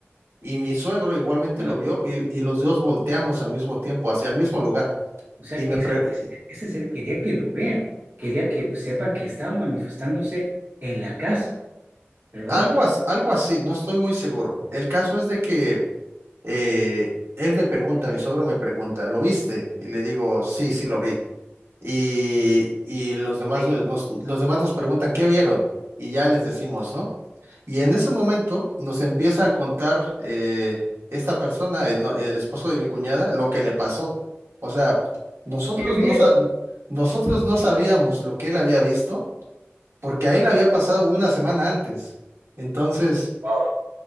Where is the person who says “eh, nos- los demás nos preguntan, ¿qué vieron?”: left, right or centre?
Right